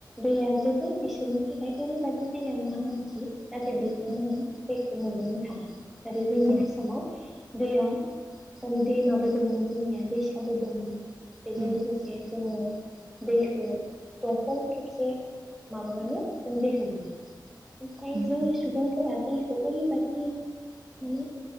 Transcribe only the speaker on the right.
उम
औ
उम
उम
उम